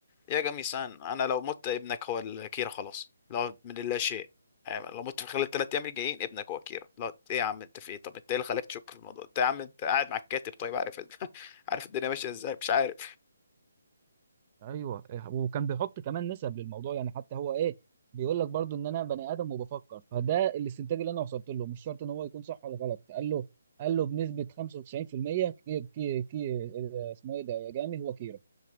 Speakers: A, on the left; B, on the right.
A: يا جميسان انا لو مت ابنك هو الكيرة خلاص لو من اللا شيء يعني لو مت في خلال الثلاث ايام الجايين ابنك هو كيرة لا ايه يا عم انت في ايه طب انت ايه اللي خلاك تشك في الموضوع انت يا عم انت قاعد مع الكاتب طيب عارف <laughs> عارف الدنيا ماشيه ازاي مش عارف
B: ايوه إيه، وكان بيحط كمان نسب للموضوع يعني حتى هو ايه بيقول لك برضو ان انا بني ادم وبفكر فده الاستنتاج اللي انا وصلت له مش شرط ان هو يكون صح ولا غلط قال له قال له بنسبه 95% كي كي كي آه، اسمه ايه ده يا جامي هو كيرا